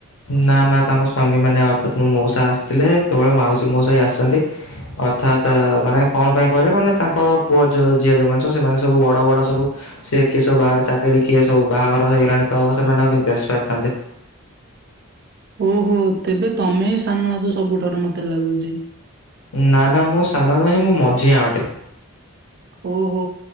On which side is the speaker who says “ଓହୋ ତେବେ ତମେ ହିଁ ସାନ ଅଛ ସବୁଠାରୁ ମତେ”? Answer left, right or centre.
Right